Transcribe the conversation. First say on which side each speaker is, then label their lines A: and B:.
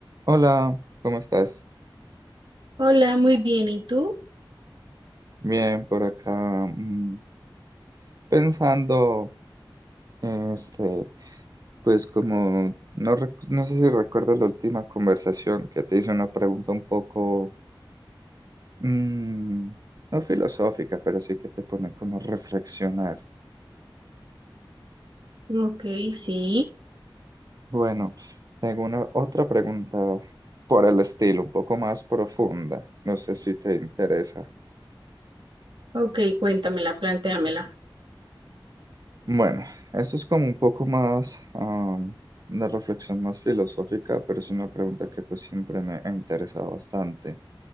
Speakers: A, on the right; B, on the right.
A: Hola, ¿cómo estás?
B: Hola, muy bien. ¿Y tú?
A: Bien, por acá, mm, pensando, este, pues como, no, rec- no sé si recuerdas la última conversación que te hice una pregunta un poco, mm, no filosófica, pero sí que te pone como a reflexionar.
B: Ok, sí.
A: Bueno, tengo una otra pregunta por el estilo, un poco más profunda, no sé si te interesa.
B: Ok, cuéntamela, plantéamela.
A: Bueno, esto es como un poco más, am, una reflexión más filosófica, pero es una pregunta que pues siempre me ha interesado bastante.